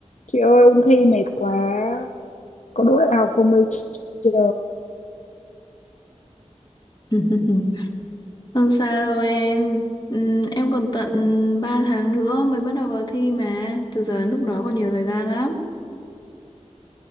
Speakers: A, on the left (about 75°); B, on the left (about 35°).
A: Chị ơi ôn thi mệt quá Có đỗ đại học không đây trời
B: <laughs> Không sao đâu em. Ừm, em còn tận 3 tháng nữa mới bắt đầu vào thi mà. Từ giờ đến lúc đó còn nhiều thời gian lắm.